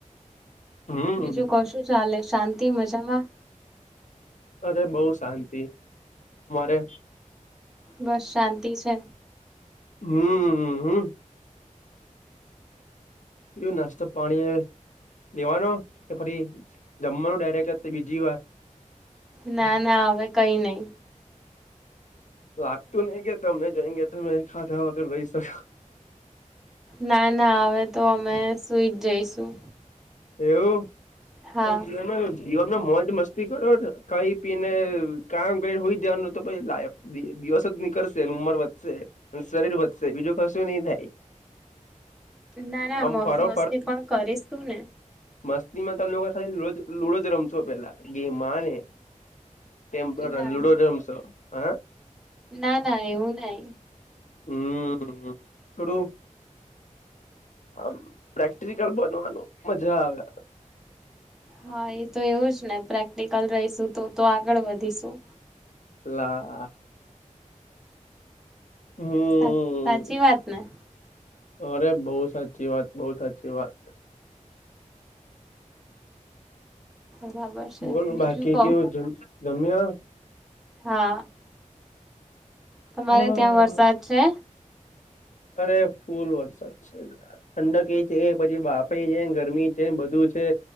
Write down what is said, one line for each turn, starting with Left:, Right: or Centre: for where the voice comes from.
Left: હમ
Centre: બીજું કો શું ચાલે શાંતિ મજામાં?
Left: અરે બઉ શાંતિ મારે
Centre: બસ શાંતિ છે.
Left: હમ. હમ. હમ એવું નાસ્તો પાણી એ લેવાનો કે ફરી જમવાનું ડાયરેક્ટ બીજી વાર
Centre: ના ના હવે કઈ નઈ
Left: લાગતું નહિ કે તમને જોઈ કે તમે ખાધા વગર રહી શકો.
Centre: ના ના હવે તો અમે સુઈ જ જઈશું
Left: એવું
Centre: હા
Left: જમ્યા નથી જીવન માં મોજ મસ્તી કરો કઈ પીને કામ કરી હુઈ જવાનું તો પછી લાયફ દિવસ જ નીકળશે ઉંમર વધશે શરીર વધશે બીજું કશું નહી થાય. <inaudible>
Centre: ના ના
Left: આમ
Centre: મોજ
Left: ફરો
Centre: મસ્તી પણ કરીશું ને.
Left: મસ્તી માં તમને ખાલી લુડો જ રમશો પેલા ગેમમાં ને. ટેમ્પર
Centre: ના
Left: અને લુડો
Centre: ના
Left: રમશો હ.
Centre: ના ના એવું નહી.
Left: હમ્મ થોડુ. આમ પ્રેક્ટિકલ બનવાનું મજા આવે.
Centre: હા એ તો એવું જ ને પ્રેક્ટિકલ રહીશું તો તો આગળ વધીશું
Left: લા. હમ
Centre: સા સાચી વાતને.
Left: અરે બહુ સાચી વાત બહુ સાચી વાત.
Centre: બરાબર છે
Left: બોલ
Centre: બીજું
Left: બાકી
Centre: કહો
Left: કેવું છે જમ્યા?
Centre: હા. તમારે
Left: હા
Centre: ત્યાં વરસાદ છે?
Left: અરે ફૂલ વરસાદ છે. ઠંડક એ છે પછી બાફે છે ગરમી છે બધું છે.